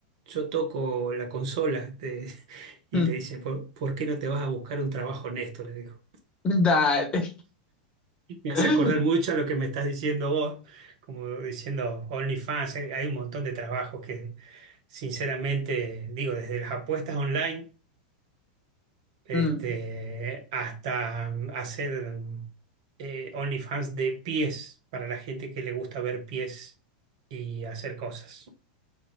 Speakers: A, on the right; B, on the left.
A: yo toco la consola, te- <laughs> y
B: Mm,
A: le dice, ¿por, por qué no te vas a buscar un trabajo honesto? Le dijo.
B: Dale.
A: Me hace
B: <laughs>
A: acordar mucho a lo que me estás diciendo vos, como diciendo OnlyFans, hay hay un montón de trabajos que sinceramente, digo, desde las apuestas online este,
B: Mm.
A: hasta hacer eh, OnlyFans de pies para la gente que le gusta ver pies y hacer cosas.